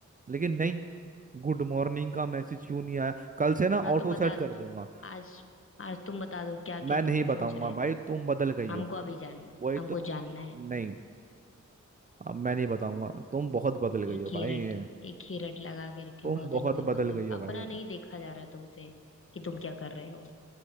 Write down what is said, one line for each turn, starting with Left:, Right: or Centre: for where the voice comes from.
Right: लेकिन नहीं गुड मॉर्निंग का मैसेज क्यों नहीं आया कल से ना
Left: हाँ
Right: ऑटो
Left: तो बता
Right: सेट कर
Left: दो
Right: दूंगा
Left: तुम आज आज तुम बता दो क्या क्या
Right: मैं नहीं
Left: तुम
Right: बताऊंगा
Left: सोच रहे
Right: भाई
Left: थे
Right: तुम बदल गई
Left: हमको
Right: हो
Left: अभी जानना है
Right: वही
Left: हमको
Right: तो
Left: जानना है
Right: नहीं अब मैं नहीं बताऊंगा तुम बहुत बदल
Left: एक
Right: गई हो
Left: ही
Right: भाई
Left: रट एक ही रट लगा के रखे
Right: तुम
Left: बदल
Right: बहुत
Left: गई
Right: बदल
Left: बदल गई
Right: गई हो भाई
Left: अपना नहीं देखा जा रहा तुमसे कि तुम क्या कर रहे हो